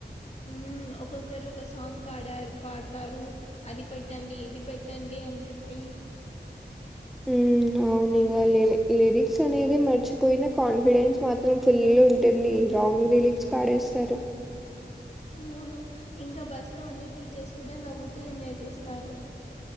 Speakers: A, on the left; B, in the centre.
A: హ్మ్ ఒక్కొక్కరు ఒక సాంగ్ పాడారు పాడతారు అది పెట్టండి ఇది పెట్టండి అని చెప్పి
B: హ్మ్ అవును ఇవాళ లిరి లిరిక్స్ అనేది మర్చిపోయిన కాన్ఫిడెన్స్ మాత్రం ఫుల్ గా ఉంటుంది రాంగ్ లిరిక్ పాడేస్తారు
A: అవును ఇంకా బస్ లో ఉండే టీచర్స్ కూడా నవ్వుతూ ఎంజాయ్ చేస్తారు